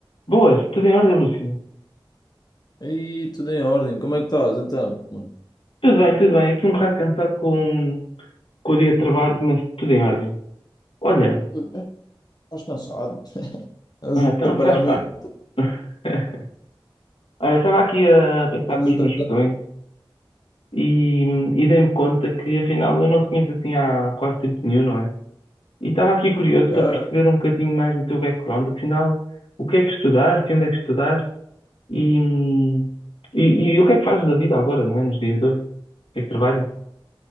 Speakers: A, on the left (about 90°); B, on the left (about 45°).
A: Boas, tudo em ordem, Lúcio?
B: Aí, tudo em ordem. Como é que estás, então, mano?
A: Tudo bem, tudo bem. Aqui um bocado cansado com, com o dia de trabalho, mas tudo em ordem. Olha,
B: Tudo bem? Estás cansado? <laughs> Andas
A: ah,
B: a
A: então
B: trabalhar
A: faz
B: mesmo?
A: parte. <laughs> Olha, estava aqui a pensar
B: Andas
A: com os
B: a trabalhar?
A: meus botões e, e dei-me conta que afinal eu não te conheço assim há quase tempo nenhum, não é? E estava aqui curioso
B: Já,
A: para perceber
B: já.
A: um bocadinho mais do teu background, afinal, o que é que estudaste, onde é que estudaste e, e, e o que é que fazes da vida agora, não é? Nos dias de hoje? O que é que trabalhas?